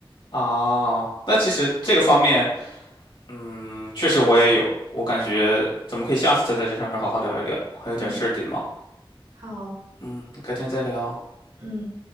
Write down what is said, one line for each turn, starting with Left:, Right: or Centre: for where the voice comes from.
Left: 啊，那其实这个方面，嗯，确实我也有，我感觉咱们可以下次再在这上面好好聊一聊，还有点事儿得忙。
Right: 嗯，好，
Left: 嗯，改天再聊。
Right: 嗯。